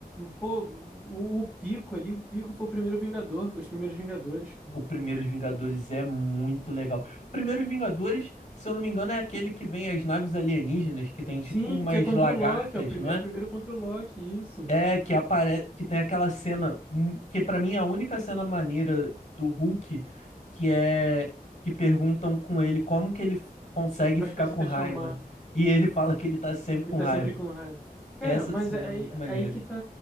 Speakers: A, in the centre; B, on the left.
A: pô, o, o Pico ali, o Pico foi o primeiro Vingador, os primeiros Vingadores, cara.
B: O Primeiros Vingadores é muito legal. O Primeiros Vingadores, se eu não me engano, é aquele que vem as naves alienígenas, que tem
A: Sim,
B: tipo umas
A: que é contra
B: lagartas,
A: o Loki, é o, prim-
B: não
A: é
B: é?
A: o primeiro contra o Loki, isso.
B: É, que aparece, que tem aquela cena, hum, que pra mim é a única cena maneira do Hulk, que é que perguntam com ele como que ele f- consegue
A: Faz
B: ficar
A: pra se
B: com
A: transformar.
B: raiva. E ele fala que ele tá sempre
A: Ele
B: com
A: tá
B: raiva.
A: sempre com raiva. Cara,
B: Essa
A: mas
B: cena
A: é aí,
B: é muito maneira.
A: aí que tá.